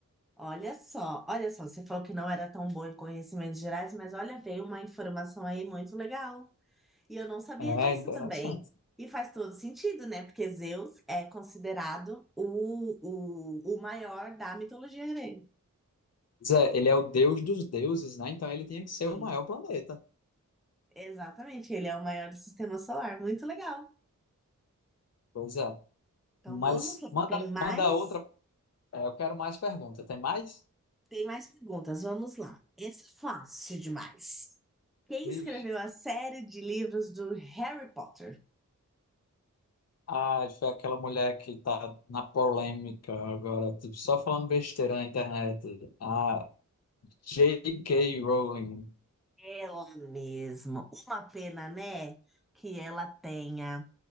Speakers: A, in the centre; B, on the left (about 55°).
A: Olha só, olha só, você falou que não era tão bom em conhecimentos gerais, mas olha, veio uma informação aí muito legal. E eu não sabia
B: É
A: disso
B: interessante.
A: também. E faz todo sentido, né? Porque Zeus é considerado o, o, o maior da mitologia grega.
B: Pois é, ele é o deus dos deuses, né? Então ele tinha que ser
A: Sim,
B: o maior planeta.
A: exatamente. Ele é o maior do sistema solar. Muito legal.
B: Pois é.
A: Então
B: Mas
A: vamos lá.
B: manda,
A: Tem mais,
B: manda outra. é, eu quero mais perguntas. Tem mais?
A: tem mais perguntas. Vamos lá. Essa é fácil demais. Quem escreveu
B: Ixi.
A: a série de livros do Harry Potter?
B: Ah, foi aquela mulher que tá na polêmica agora, tipo, só falando besteira na internet. Ah, J.K. Rowling.
A: Ela mesmo. Uma pena, né? Que ela tenha